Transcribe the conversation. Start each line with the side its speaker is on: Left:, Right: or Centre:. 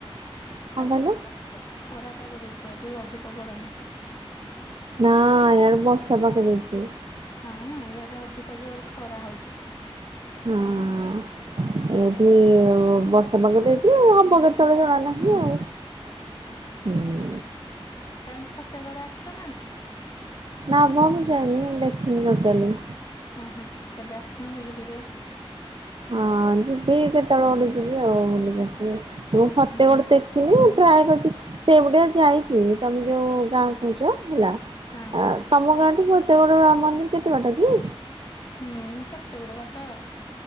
Right: କଣ
Left: ଆଜି
Right: କହିଲ
Left: ଖରାପାଗ ଖରା ପାଗ ଦେଇଛି ଆଜି ଅଧିକ ଗରମ।
Right: ନା ୟାଡେ ବର୍ଷା ପାଗ ଦେଇଚି।
Left: ହଁ ୟାଡେ ଅଧିକ ଜୋର ଖରା ହଉଛି।
Right: ହୁଁ। ଏଠି ବର୍ଷା ପାଗ ଦେଇଛି ହବ କେତେବେଳେ ଜଣା ନାହିଁ।
Left: ହୁଁ
Right: ନାହିଁ ଆଉ ହୁଁ।
Left: ତମେ ଫତେଗଡ ଆସଛ ନା ନାଇଁ।
Right: ନା ମ ମୁଁ ଯାଇନି ଦେଖିନି ଟୋଟାଲି।
Left: ଅ ହଁ କେବେ ଆସୁନ ବୁଲିକି ଯିବା।
Right: ହଁ ଯିବି କେତେବେଳେ ଗୋଟେ ଯିବି ଆଉ ବୁଲ ଆସିବି ଆ ମୁଁ
Left: ହୁଁ
Right: ଫତେଗଡ
Left: ହୁଁ
Right: ତେ ଦେଖିନି ଟ୍ରାଏ କରିଛି ସେ ପଟେ ଯାଇଛି ତମେ ଯୋଉ ଗାଁ କହୁଛ ହେଲା।
Left: ହଁ।
Right: ତମ ଗାଁଠୁ ଫତେଗଡ଼ ରାମ ମନ୍ଦିର କେତେ ବାଟ କି।
Left: ହୁଁ କେତେ ଗୁଡଏ ବାଟ।